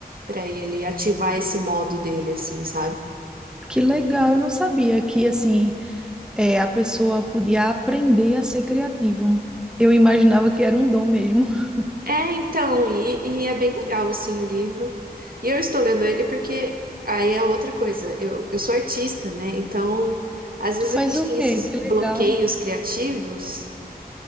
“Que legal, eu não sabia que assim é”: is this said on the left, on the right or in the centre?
Centre